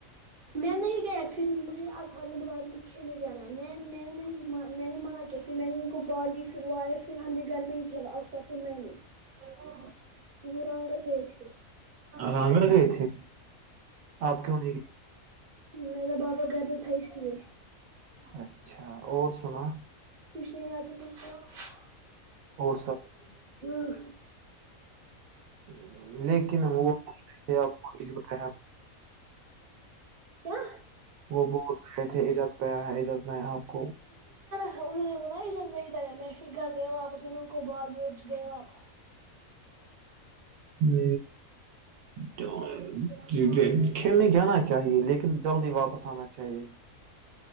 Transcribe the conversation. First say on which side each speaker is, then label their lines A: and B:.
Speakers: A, on the right (about 35°); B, on the right (about 80°).
A: میں نہیں گیا پھر مجھے اظہر نے بلا کھیلنے جانا ہے میں میں نہیں میں نے منع کیا پھر میں نے ان کو بال لی پھر وہ آئے پھر ہم نے گھر میں ہی کھیلا ا سافول میں نے
B: او
A: وہ رنگ گئے تھے
B: رانگڑ گئے تھے آپ کیوں نہیں گئے
A: میرا بابا گھر میں تھا اس لیے
B: اچھا اور سنا
A: کچھ نہیں یاد ہے کھ
B: اور
A: تو ہ
B: ہ لیکن وہ جانا
A: کیا
B: وہ بہت گئے تھے اجاز گیا ہے ایجاز میں ہے آپ کو
A: ا انوں نے ب ن یہ ججس میں ادھر آ م میں پھر گییا واپ میں نے ان کو بالی اور ج گییا واپس
B: ہ ج کھیلنے جانا چاہیے لیکن جلدی واپس آنا چاہیے